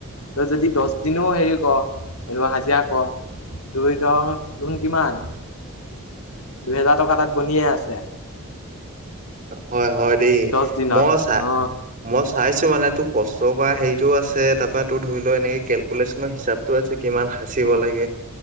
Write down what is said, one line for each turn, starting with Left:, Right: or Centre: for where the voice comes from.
Left: তই যদি দচ দিনো হেৰি কৰ' এনেকুৱা হাজিৰা কৰ'। দুই দহ গুণ কিমান? দুহেজাৰ টকা তাত বনিয়ে আছে।
Right: হয়, হয় দেই।
Left: দহ দিনত
Right: মই চা
Left: অ
Right: মই চাইছো মানে তোৰ কষ্ট কৰা হেৰিটোও আছে, তাৰ পা তোৰ ধৰি ল', এনেকে কেলকুলেশ্যনৰ হিচাপ টো আছে, কিমান সাঁচিব লাগে।